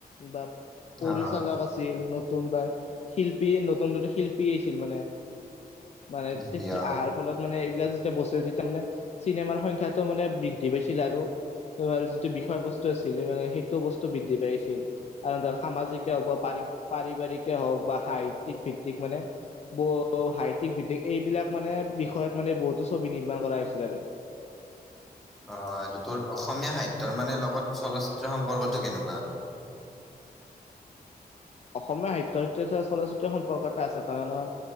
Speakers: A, on the left; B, in the centre.
A: বা পৰিচালক
B: আহ
A: আছিল নত নতুন বা শিল্পী নতুন নতুন শিল্পী আহছিল মানে মানে
B: এতিয়া
A: আহাৰ ফলত মানে এইবিলাক যেতিয়া বচে যেতিয়া মানে চিনেমাৰ সংখ্যাটো মানে বৃদ্ধি পাইছিল আৰু যিটো বিষয় বস্তু আছিলে মানে সেইটো বস্তু বৃদ্ধি পাইছিল কাৰ ধৰ সামাজিকে হওক বা পাৰি পাৰিবাৰিকে হওক বা সাহিত্যিক ভিত্তিক মানে সাহিতিক ভিত্তিক এইবিলাক মানে বিষয়ত মানে বহুতো ছবি নিৰ্মাণ কৰা হৈছিল আৰু
B: আহ তোৰ অসমীয়া সাহিত্যৰ মানে লগত চলচ্চিত্ৰ সম্পৰ্কটো কেনেকুৱা?
A: অসমীয়া সাহিত্য যে চলচিত্ৰ সম্পৰ্ক এটা আছে কাৰণ